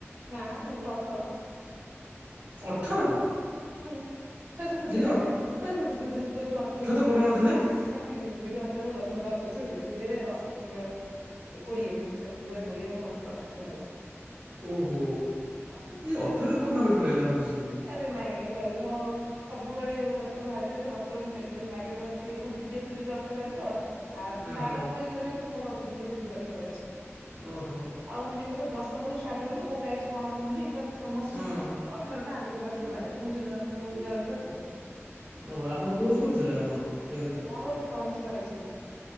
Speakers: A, on the right; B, on the right.
A: ନା ଦୁଇହଜାର ଅଠର।
B: ଅଠର?
A: ହୁଁ ସର ସର
B: ଦୁଇ ହଜାର
A: ସର ଦୁଇ ହଜାର ଅଠର
B: ତ କରୋନା ନଥିଲା
A: ନାଇଁ ସି ହଜାର ଅଠର ମୁଁ ଦଶ ପାସ୍ କରି <unintelligible> ଏ କୋଡିଏ ରେ ହଜାର କୋଡିଏ ରେ ମୋର୍ ପ୍ଲଷ୍ଟୁ ସରି
B: ଓହ
A: ହଁ।
B: ଅଠର <unintelligible>
A: ଆରେ ନାଇଁ ନାଇଁ ଭାଇ ମୁଁ ସବୁବେଳେ ମୋ ବାଟରୁ ବାହାରିଚି, ଦୁଇ ଅଠର ମୁଟେ ମାନେ ଲାଗେ ଏତେ ମୋ ଦିଦି <unintelligible> ଯଦି ଅଠର ବି ବାହାର ତ
B: ହଁ
A: ତା
B: ହଁ
A: କଥା କହି ମୋର ଅଭ୍ୟାସ ହେଇଚି ଦୁଇ ହଜାର ଅଠର ବ୍ୟାଚ
B: ଓହୋ
A: ଆଉ <unintelligible> ସମରୁ ଷ୍ଟାର୍ଟ ହୁଏନ କୋଉ ବ୍ୟାଚ୍ କଣ କୁହନ୍ତି ତ ସମସ୍ତଙ୍କୁ
B: ହଁ
A: ଅଠର ପାଟିରୁ ବାହାରେ <unintelligible> ଅଠର ସେଥିପାଇଁ।
B: ଓ ଆପଣ କୋଉ ସ୍କୁଲ ଥିଲା ଆପଣ? ଟେନ୍ଥରେ
A: ମୋର <unintelligible> ହାଇସ୍ ସ୍କୁଲ।